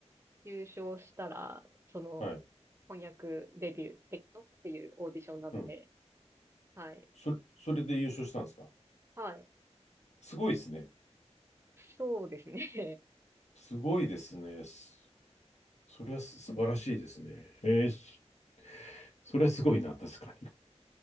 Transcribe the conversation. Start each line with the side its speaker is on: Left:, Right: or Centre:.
Right: 優勝したら、その、
Left: はい、
Right: 翻訳デビューできますっていうオーディションなので、
Left: うん。
Right: はい。
Left: それ、それで優勝したんですか
Right: はい。
Left: すごいですね。
Right: そうですね。
Left: すごいですね。すそれはす素晴らしいですね。えー、そそれはすごいな、確かに。